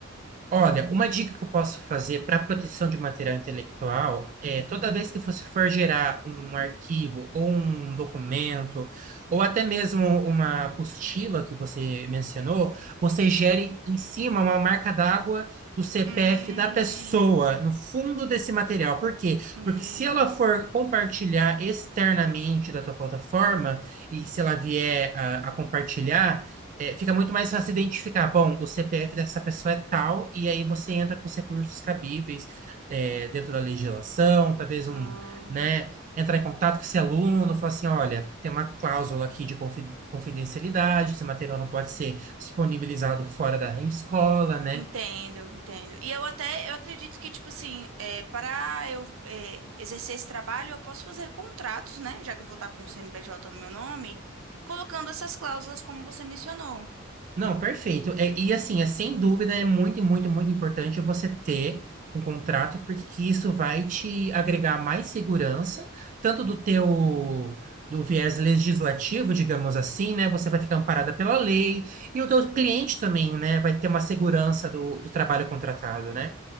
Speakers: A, on the right; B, on the right.
A: Olha, uma dica que eu posso fazer para proteção de material intelectual é toda vez que você for gerar um arquivo ou um documento, ou até mesmo uma apostila que você mencionou, você gere em cima uma marca d'água do CPF
B: Hum,
A: da pessoa, no fundo desse material. Por quê?
B: hum,
A: Porque se ela for compartilhar externamente da tua plataforma, e se ela vier a a compartilhar é, fica muito mais fácil identificar. Bom, o CPF dessa pessoa é tal, e aí você entra com os recursos cabíveis, é, dentro da legislação, talvez um,
B: hum.
A: né, entrar em contato com esse aluno, falar assim, olha, tem uma cláusula aqui de confi- confidencialidade, esse material não pode ser disponibilizado fora da escola, né?
B: Entendo, entendo. E eu até, eu acredito que, tipo assim, é, para eu é, exercer esse trabalho, eu posso fazer contratos, né? Já que eu vou estar com o CNPJ no meu nome, colocando essas cláusulas como você mencionou.
A: Não, perfeito. É, e assim, é sem dúvida, é muito, muito, muito importante você ter um contrato, porque que isso vai te agregar mais segurança, tanto do teu do viés legislativo, digamos assim, né? Você vai ficar amparada pela lei, e o teu cliente também, né, vai ter uma segurança do, do trabalho contratado, né?